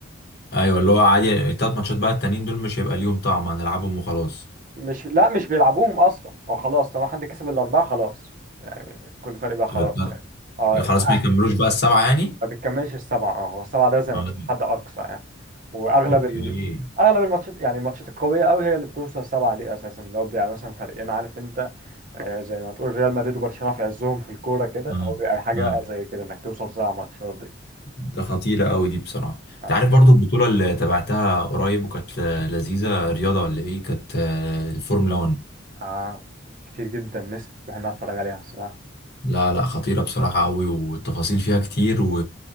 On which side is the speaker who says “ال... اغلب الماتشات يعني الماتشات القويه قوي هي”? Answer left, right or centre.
Right